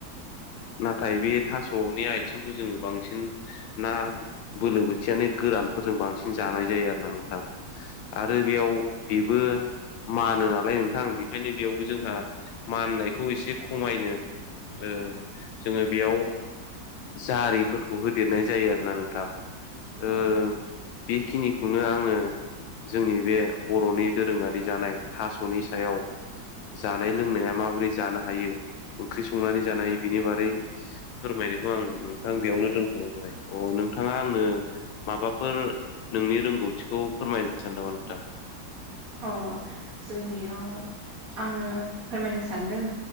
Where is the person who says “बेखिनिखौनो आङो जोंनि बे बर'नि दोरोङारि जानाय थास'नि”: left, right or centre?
Left